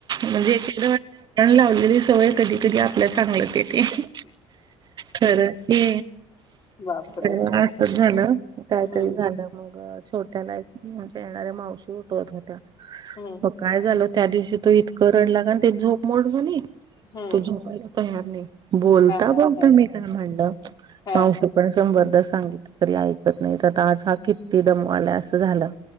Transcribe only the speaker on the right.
म्हणजे एकदा वा आपण लावलेली सवय कधी कधी आपच अंगलट येते तेे खरंच की
आ असच झालं काहीतरी
झालं मग छोट्याला म्हणजे येणाऱ्या मावशी उठवत होत्या,
मग काय झालं त्या दिवशी तो इतकं रडलाना ते झोप मोड झाली
तो झोपायला त यांनी बोलता
बोलता
मी त्यांना म्हणलं
मावशी पण शंभरदा सांगितलं तरी ऐकत नाही तर आता आज हा किती दमवायला असं झालं.